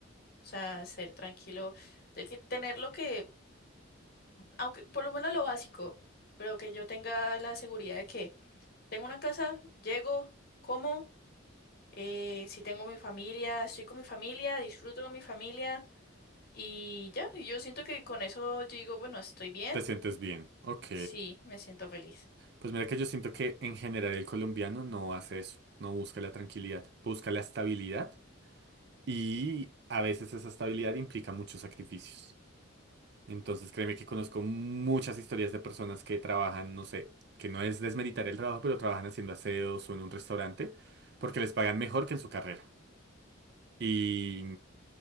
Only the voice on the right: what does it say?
Te sientes bien. Ok.
Pues mira que yo siento que en general el colombiano no hace eso, no busca la tranquilidad, busca la estabilidad y a veces esa estabilidad implica muchos sacrificios. Entonces créeme que conozco muchas historias de personas que trabajan, no sé, que no es desmeritar el trabajo, pero trabajan haciendo aseos o en un restaurante porque les pagan mejor que en su carrera. Y